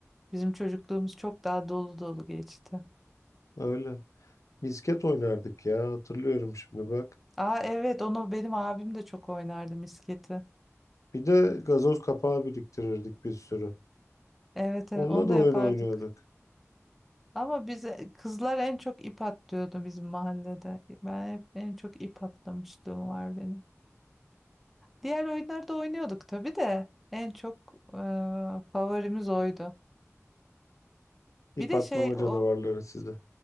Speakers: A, in the centre; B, on the left.
A: Bizim çocukluğumuz çok daha dolu dolu geçti.
B: Öyle. Misket oynardık ya hatırlıyorum şimdi bak.
A: Aa evet onu benim abim de çok oynardı misketi.
B: Bir de gazoz kapağı biriktirirdik bir sürü.
A: Evet, evet
B: Onunla
A: onu
B: da
A: da yapardık.
B: oyun oynuyorduk.
A: Ama bize kızlar en çok ip atlıyordu bizim mahallede. Ben hep en çok ip atlamışlığım var benim. Diğer oyunları da oynuyorduk tabii de en çok e, favorimiz oydu.
B: İp
A: Bir de
B: atlama
A: şey
B: canavarları
A: o
B: size.